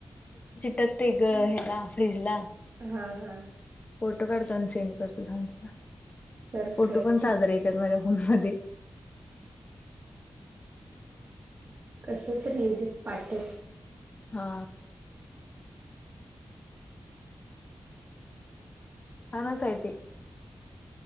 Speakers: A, on the left (about 40°); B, on the right (about 65°).
A: टाकते ग ह फ्रीज ला.
B: हां हां
A: फोटो काढतो आणि सेंड करतो थांब तुला
B: कर
A: फोटो
B: कर
A: पण
B: की
A: साजरे येतात माझ्या फोम म
B: कसं तर युगत पाठत
A: हा छानच आहे ते